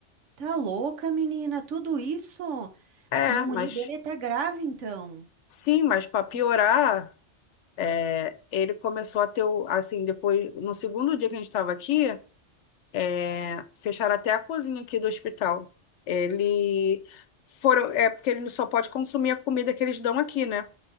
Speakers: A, on the right; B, on the left.
A: Tá louca, menina? Tudo isso? A
B: É,
A: pneumonia
B: mas
A: dele tá grave, então.
B: sim, mas para piorar, é, ele começou a ter, o- assim, depois, no segundo dia que a gente estava aqui, é, fecharam até a cozinha aqui do hospital. Ele foram, é porque ele só pode consumir a comida que eles dão aqui, né?